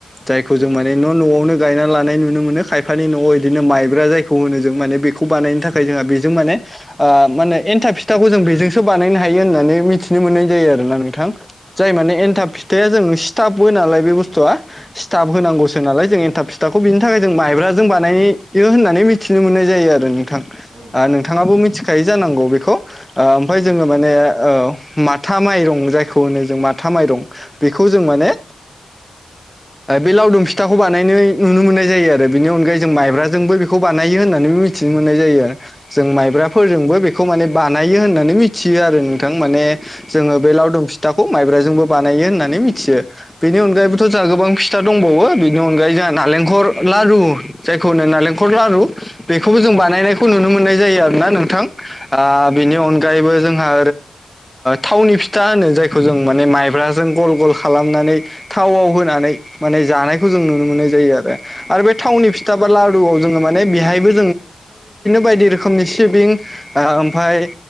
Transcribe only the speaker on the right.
औ
औ नंगौ
नंगौ
औ
औ
औ
औ
मिथियो
नोंथां
औ
औ
ओं
औ
औ
नंगौ
नोंथां
औ
औ